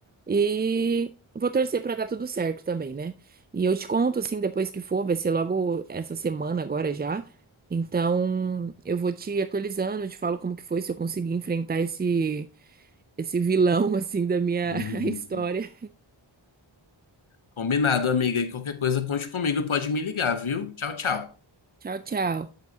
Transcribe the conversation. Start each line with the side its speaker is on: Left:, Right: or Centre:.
Right: E vou torcer pra dar tudo certo também, né? E eu te conto, assim, depois que for, vai ser logo essa semana agora já. Então, eu vou te atualizando, eu te falo como que foi, se eu conseguir enfrentar esse, esse vilão, <laughs> assim, da minha
Left: Uhum.
Right: <laughs> história.
Left: Combinado, amiga, e qualquer coisa, conte comigo e pode me ligar, viu? Tchau, tchau.
Right: Tchau, tchau.